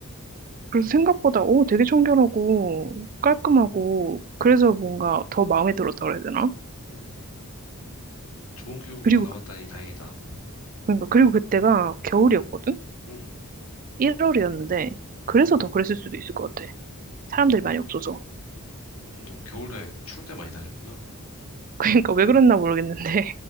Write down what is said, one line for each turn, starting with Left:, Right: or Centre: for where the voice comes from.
Right: 그래서 생각보다 오, 되게 청결하고 깔끔하고 그래서 뭔가 더 마음에 들었다고 해야 되나?
Left: 음, 좋은 기억으로
Right: 그리고
Left: 남았다니
Right: 그-
Left: 다행이다.
Right: 그러니까 그리고 그때가 겨울이었거든?
Left: 음, 음,
Right: 1월이었는데
Left: 음,
Right: 그래서 더 그랬을 수도 있을 것 같아.
Left: 음.
Right: 사람들이 많이 없어서.
Left: 너 겨울에 추울 때 많이 다녔구나.
Right: <laughs> 그러니까 왜 그랬나 모르겠는데